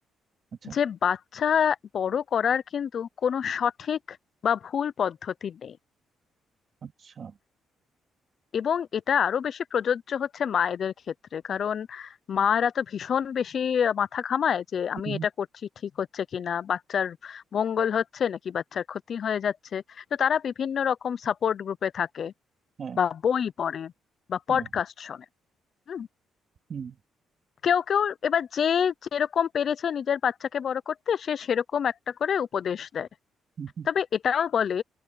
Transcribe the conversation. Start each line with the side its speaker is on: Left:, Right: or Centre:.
Right: আচ্ছা
Left: যে বাচ্চা বড় করার কিন্তু কোনো সঠিক বা ভুল পদ্ধতি নেই
Right: আচ্ছা
Left: এবং এটা আরো বেশি প্রযোজ্য হচ্ছে মায়েদের ক্ষেত্রে কারণ মারা তো ভীষণ বেশি মাথা ঘামায় যে আমি
Right: হুম,
Left: এটা করছি ঠিক হচ্ছে কিনা বাচ্চার মঙ্গল হচ্ছে নাকি বাচ্চার ক্ষতি হয়ে যাচ্ছে তো তারা বিভিন্ন রকম সাপোর্ট গ্রুপে থাকে
Right: হ্যাঁ
Left: বা বই পড়ে বা
Right: হ্যাঁ
Left: পডকাস্ট শোনে হুম
Right: হুম
Left: কেউ কেউ এবার যে যেরকম পেরেছে নিজের বাচ্চাকে বড় করতে সে সেরকম একটা করে উপদেশ দেয়
Right: হুম, হুম,
Left: তবে এটাও বলে